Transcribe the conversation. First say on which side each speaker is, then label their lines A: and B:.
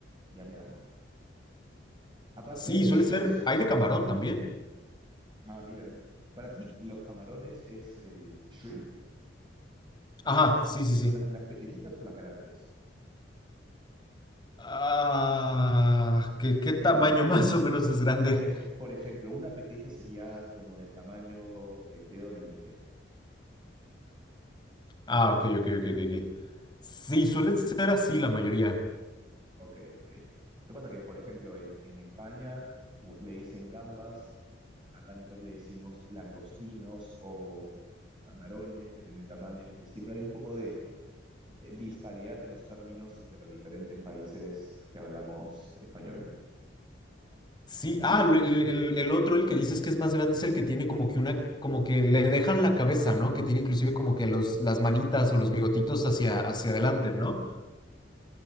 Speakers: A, on the right; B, on the left.
A: ya me ganó. Aparte
B: Sí,
A: de
B: suele ser,
A: eso,
B: hay de camarón también.
A: ah, mira, para ti los camarones es el shrimp.
B: Ajá, sí, sí, sí.
A: ¿Son las, las pequeñitas o las grandes?
B: Ah, ¿qué, qué tamaño
A: Como,
B: <laughs> más o menos es grande?
A: por, ej- por ejemplo, una pequeña sería como del tamaño del dedo meñique.
B: Ah, ok, ok, ok, ok. ok. Sí, suelen ser así la mayoría.
A: Ok, ok. ¿Qué pasa? Que, por ejemplo, en, en España u- le dicen gambas, acá nosotros le decimos langostinos o camarones, dependiendo del tamaño. Entonces, siempre hay un poco de eh, disparidad en los términos entre los diferentes países que hablamos español.
B: Sí, ah,
A: Y
B: lo- el, el- el otro, el que dices que es más grande, es el que tiene como que una, como que le dejan la cabeza, ¿no? Que tiene inclusive como que los, las manitas o los bigotitos hacia, hacia adelante, ¿no?